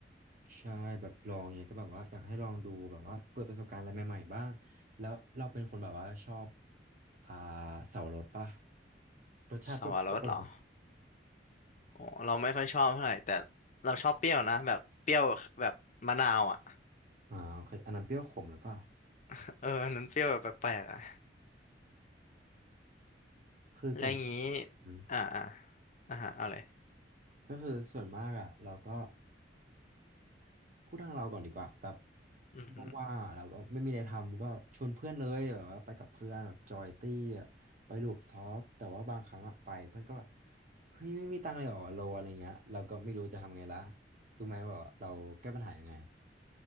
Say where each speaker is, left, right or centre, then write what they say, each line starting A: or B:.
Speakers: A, on the right (about 45°); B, on the left (about 45°).
A: ใช่แบบลองเนี่ยก็แบบว่าอยากให้ลองดูแบบว่าเปิดประสบการณ์อะไรใหม่ๆบ้างแล้วเราเป็นคนแบบว่าชอบ อ่าเสาวรสป่ะรสชาติเปรี้ยว
B: สวรสเหรออ๋อเราไม่ค่อยชอบเท่าไหร่แต่เราชอบเปรี้ยวนะแบบเปรี้ยวแบบมะนาวอ่ะ
A: ๆอ่าโอเคอันนั้นเปรี้ยวขมหรือเปล่า
B: <laughs> เอออันนั้นเปรี้ยวแบบแปลกๆอ่ะ
A: คือส่วน
B: แล้วอย่างงี้
A: อืม
B: อ่าอ่าอ่าฮะเอาเลย
A: ก็คือส่วนมากอ่ะเราก็พูดทางเราก่อนดีกว่าแบบ
B: อือหือ
A: ว่างๆอะเราก็ไม่มีอะไรทำก็ชวนเพื่อนเลยแบบว่าไปกับเพื่อนแบบจอยตี้อะไปรูปท็อปแต่ว่าบางครั้งอะไปเพื่อนก็แบบเฮ้ยไม่มีตังค์เลยเหรอวะโลอะไรเงี้ยเราก็ไม่รู้จะทำไงละรู้ไหมว่าเราแก้ปัญหายังไง